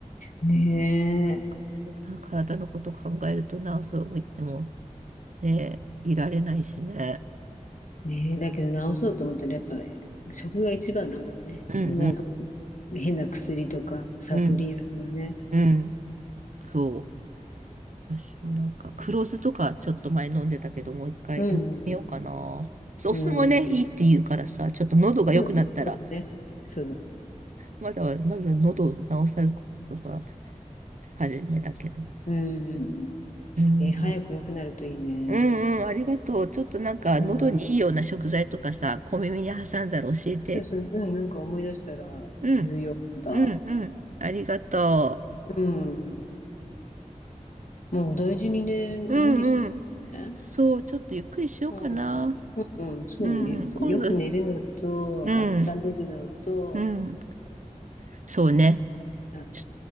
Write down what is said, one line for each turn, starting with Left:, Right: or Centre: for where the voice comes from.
Left: ねえ、
Right: でもな体のこと考えるとな、そう言ってもね、いられないしね。
Left: ねえ、だけど直そうと思ったらやっぱ食が一番だもんね。
Right: うんうん
Left: なんか変な薬とかサプリよりはね。
Right: うんうん。そう。私もなんか、黒酢とかちょっと前飲んでたけど、もう一回やってみようかな。
Left: うん、
Right: お酢もね、
Left: うん、うん。
Right: いいって言うからさ、ちょっと喉が良くなったら、
Left: そうだね、そうだね。そうだね。
Right: まだは、まずは喉を治さることが始めだけど。
Left: うん。
Right: うん。
Left: えー早く良くなるといいね。
Right: うんうん、ありがとう。ちょっとなんか、
Left: うん。
Right: 喉にいいような食材とかさ、小耳に挟んだら教えて。
Left: そうそう、うん、なんか思い出したら、
Right: うん、
Left: ニューヨークだ。
Right: うん、うん。ありがと
Left: うん。もう大事にね、無理しない
Right: う。うんうん。
Left: でね。
Right: そう、ちょっとゆっくりしようかな。
Left: うん。うん、そうだね。
Right: うんうん、
Left: そうよく寝るのと、
Right: 今度、うん、
Left: 温めるのと、
Right: うん。そうね。
Left: うん、
Right: ちょ